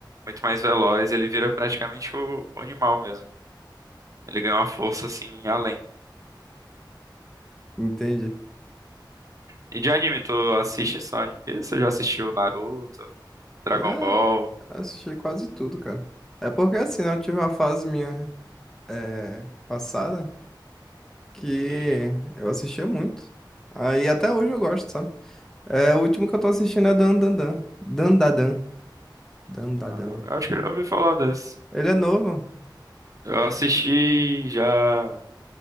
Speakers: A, on the right (about 45°); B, in the centre.
A: muito mais veloz, ele vira praticamente o, o animal mesmo. Ele ganha uma força assim além.
B: entendi.
A: E de anime, tu assiste só One Piece? Você já assistiu Naruto, Dragon
B: Já
A: Ball?
B: assisti quase tudo, cara. É porque assim, né, eu tive uma fase minha é, passada que
A: Uhum.
B: eu assistia muito. Aí até hoje eu gosto, sabe? É, o último que eu tô assistindo é Dan Dan Dan. Dan Dan Dan. Dan Dan
A: Ah,
B: Dan.
A: Eu eu acho que eu já ouvi falar desse.
B: Ele é novo.
A: Eu assisti já.